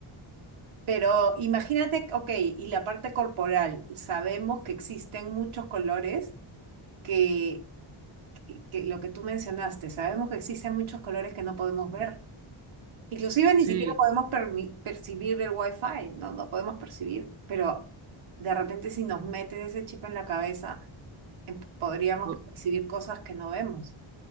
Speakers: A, on the right; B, on the right.
A: Pero imagínate, ok, y la parte corporal, sabemos que existen muchos colores que que que lo que tú mencionaste, sabemos que existen muchos colores que no podemos
B: Sí,
A: ver. Inclusive ni
B: Sí,
A: siquiera podemos permi- percibir el wifi, no, no podemos percibir, pero de repente si nos meten ese chip en la cabeza, em, podríamos
B: o-
A: percibir cosas que no vemos.